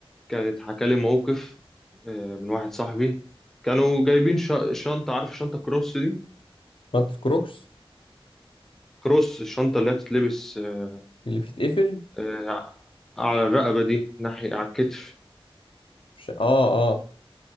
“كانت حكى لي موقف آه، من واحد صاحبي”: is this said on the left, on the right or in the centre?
Centre